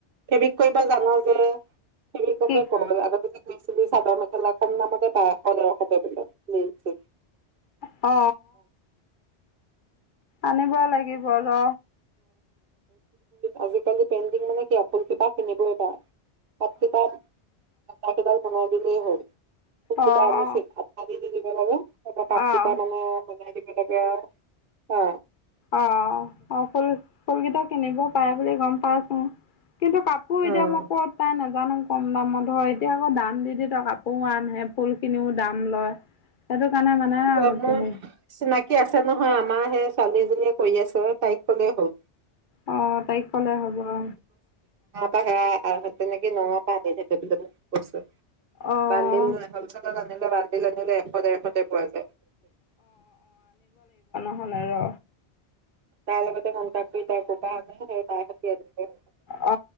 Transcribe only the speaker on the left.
কি
অ আনিব লাগিব ৰ
অঁ
অঁ অঁ
অ অ ফুল ফুলকেইটা কিনিবও পাৰে বুলি গম পাইচোন কিন্তু কাপোৰ
এতিয়া মই ক'ত পাম জানো কম দামত হয় এতিয়া আকৌ দাম দি দি ত কাপোৰও আন ফুল খিনিও দাম লয় কাৰণে মানে
হে
অ তাইক কলে হ'ব আৰু
অ',
হেনেকে
অ